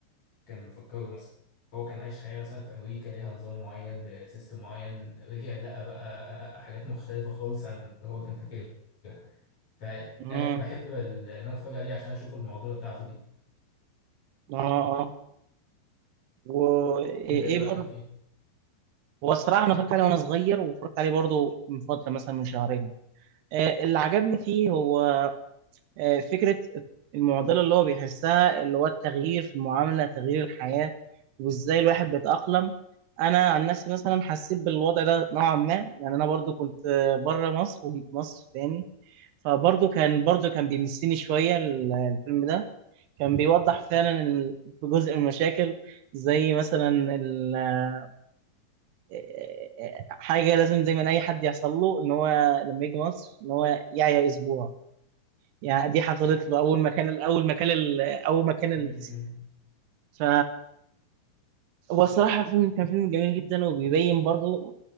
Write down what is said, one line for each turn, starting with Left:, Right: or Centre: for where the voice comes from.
Left: كان مفكره مثلا هو كان عايش حياة مثلا في أمريكا ليها نظام معين بسيستم معين رجع لقى بقى حاجات مختلفة خالص عن اللي هو كان فاكرها فأنا
Right: امم
Left: بحب ال- إن أنا أتفرج عليه عشان أشوف المعضلة بتاعته دي
Right: اه اه وايه
Left: أنت
Right: ايه
Left: إيه رأيك
Right: برضه
Left: فيه؟
Right: هو الصراحة انا اتفرجت عليه وانا صغير واتفرجت عليه برضه من فترة مثلا من شهرين آه، اللي عجبني فيه هو آه، فكرة المعضلة اللي هو بيحسها اللي هو التغيير في المعاملة تغيير الحياة وازاي الواحد بيتأقلم انا عن نفسي مثلا حسيت بالوضع ده نوعا ما يعني انا برضو كنت آه، بره مصر وجيت مصر تاني فبرضو كان برضو كان بيمسني شوية ال- الفيلم ده كان بيوضح فعلا ال- جزء من المشاكل زي مثلا ال- آه، آه، آه، حاجة لازم دايما اي حد يحصل له ان هو لما يجي مصر ان هو يعيا اسبوع يعني دي حصلت له اول ما كان اول ما كان ال- اول ما كان
Left: مم.
Right: الكسي ف هو الصراحه فيلم كان فيلم جميل جدا وبيبين برضو